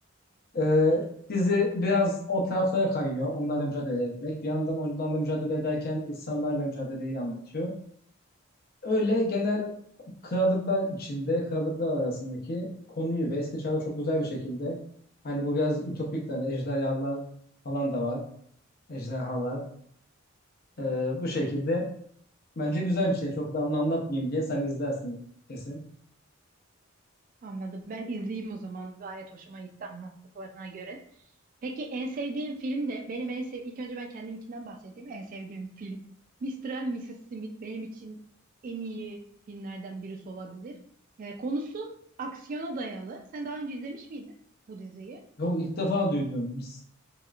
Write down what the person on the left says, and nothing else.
e, dizi biraz o taraflara kayıyor. Onlarla mücadele etmek. Bir yandan onlarla mücadele ederken insanlarla mücadeleyi anlatıyor. Öyle genel krallıklar içinde, krallıklar arasındaki konuyu ve eski çağda çok güzel bir şekilde hani bu biraz ütopik de hani ejderhalar falan da var. Ejderhalar. Ee, bu şekilde bence güzel bir şey. Çok da anla- anlatmayayım diye sen izlersin kesin.
Yok ilk defa duydum. Biz,